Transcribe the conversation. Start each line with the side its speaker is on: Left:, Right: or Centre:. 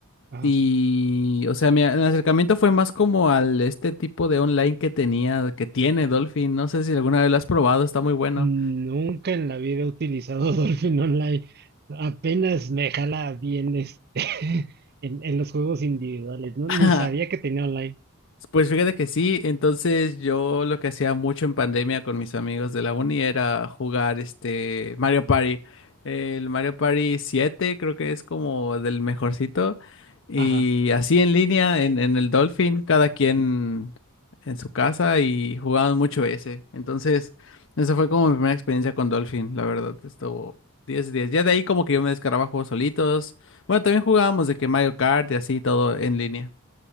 Right: ajá.
Left: Y, o sea, mi a- acercamiento fue más como al este tipo de online que tenía, que tiene Dolphin. No sé si alguna vez lo has probado, está muy bueno.
Right: Nunca en la vida he utilizado <laughs> Dolphin Online. Apenas me jala bien este <laughs> en, en los juegos individuales, ¿no?
Left: <laughs>
Right: Ni sabía que tenía online.
Left: Pues fíjate que sí, entonces yo lo que hacía mucho en pandemia con mis amigos de la uni era jugar este Mario Party. El Mario Party 7 creo que es como del mejorcito. Y
Right: Ajá.
Left: así en línea, en, en el Dolphin, cada quien en su casa y jugaban mucho ese. Entonces, esa fue como mi primera experiencia con Dolphin, la verdad, estuvo 10 10. Ya de ahí como que yo me descargaba juegos solitos. Bueno, también jugábamos de que Mario Kart y así todo en línea.